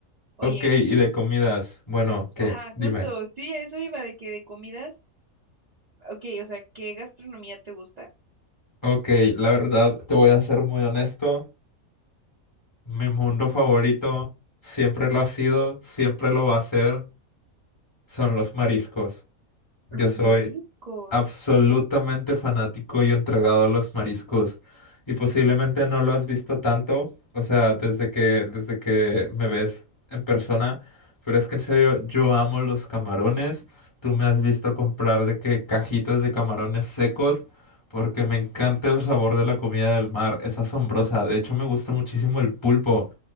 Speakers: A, on the right; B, on the left.
A: Oye,
B: Ok, y de comidas. Bueno, ¿qué?
A: ajá,
B: Dime.
A: justo, sí, a eso iba de que de comidas, ok, o sea, ¿qué gastronomía te gusta?
B: Ok, la verdad, te voy a ser muy honesto. Mi mundo favorito, siempre lo ha sido, siempre lo va a ser, son los mariscos. Yo
A: Los
B: soy
A: mariscos.
B: absolutamente fanático y entregado a los mariscos. Y posiblemente no lo has visto tanto, o sea, desde que, desde que me ves en persona. Pero es que en serio, yo amo los camarones. Tú me has visto comprar de que cajitas de camarones secos, porque me encanta el sabor de la comida del mar. Es asombrosa. De hecho, me gusta muchísimo el pulpo.